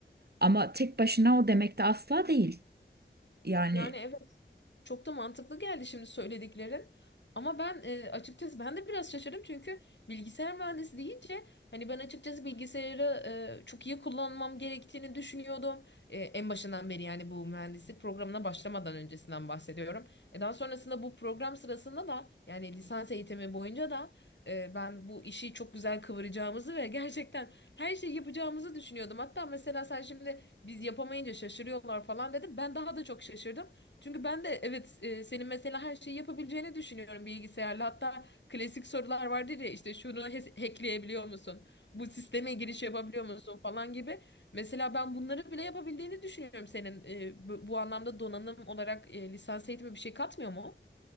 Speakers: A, on the right (about 60°); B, on the left (about 70°).
A: Ama tek başına o demek de asla değil. Yani
B: Yani evet çok da mantıklı geldi şimdi söylediklerin. Ama ben e, açıkçası ben de biraz şaşırdım çünkü bilgisayar mühendisi deyince hani ben açıkçası bilgisayarı e, çok iyi kullanmam gerektiğini düşünüyordum. E, en başından beri yani bu mühendislik programına başlamadan öncesinden bahsediyorum. E, daha sonrasında bu program sırasında da yani lisans eğitimi boyunca da e, ben bu işi çok güzel kıvıracağımızı ve <laughs> gerçekten her şeyi yapacağımızı düşünüyordum. Hatta mesela sen şimdi biz yapamayınca şaşırıyorlar falan dedim. Ben daha da çok şaşırdım. Çünkü ben de evet e, senin mesela her şeyi yapabileceğini düşünüyorum bilgisayarla. Hatta klasik sorular vardır ya işte şunu he- hackleyebiliyor musun? Bu sisteme giriş yapabiliyor musun falan gibi. Mesela ben bunları bile yapabildiğini düşünüyorum senin. E, bu, bu anlamda donanım olarak e, lisans eğitimi bir şey katmıyor mu?